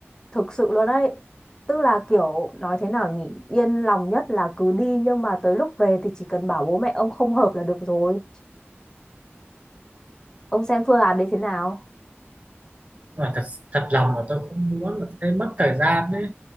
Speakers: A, on the left; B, on the right.
A: thực sự luôn đấy. Tức là kiểu nói thế nào nhỉ, yên lòng nhất là cứ đi nhưng mà tới lúc về thì chỉ cần bảo bố mẹ ông không hợp là được rồi. Ông xem phương án đấy thế nào?
B: nhưng mà thật thật lòng là tôi không muốn là tôi thấy mất thời gian đấy